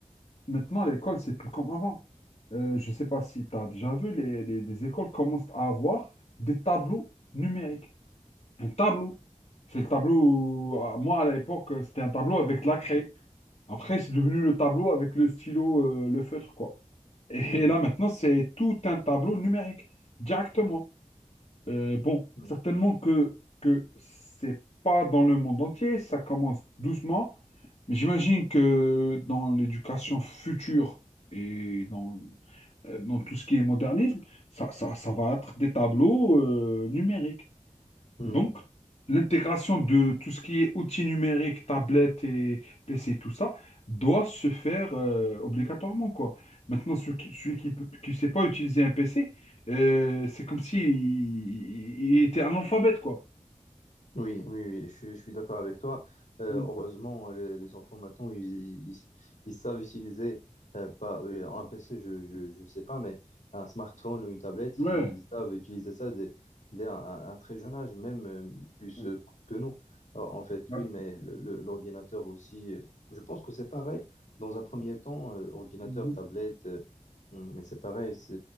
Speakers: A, on the left; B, on the left.
A: Maintenant, l'école, c'est plus comme avant. Euh, je ne sais pas si tu as déjà vu, les, les- les écoles commencent à avoir des tableaux numériques. Un tableau. C'est le tableau, euh, moi à l'époque, euh, c'était un tableau avec de la craie. Après, c'est devenu le tableau avec le stylo, euh, le feutre, quoi. Et
B: Hum,
A: là, maintenant, c'est tout un tableau numérique, directement. Euh, bon,
B: hum,
A: certainement que, que c'est pas dans le monde entier, ça commence doucement, mais j'imagine que dans l'éducation future et dans, euh, dans tout ce qui est modernisme, ça, ça, ça va être des tableaux euh, numériques.
B: hum.
A: Donc, l'intégration de tout ce qui est outils numériques, tablettes et PC, tout ça, doit se faire euh, obligatoirement, quoi. Maintenant, celui qui, celui qui peut- qui sait pas utiliser un PC, euh, c'est comme si il, il était analphabète, quoi.
B: Oui, oui, oui, je, suis je suis d'accord avec toi. Euh,
A: Mm.
B: heureusement, euh, les, les enfants maintenant, ils, ils, ils savent utiliser euh, pas, euh, un PC, je, je, je sais pas, mais un smartphone ou une tablette,
A: Ouais.
B: ils, ils savent utiliser ça dès, dès un, un- un très jeune âge, même euh, plus
A: Ouais.
B: euh, que nous. Alors, en fait,
A: Ouais.
B: oui, mais le- le- l'ordinateur aussi, euh, je pense que c'est pareil. Dans un premier temps, euh, ordinateur,
A: Mhm.
B: tablette, euh, hum, c'est pareil. C'est,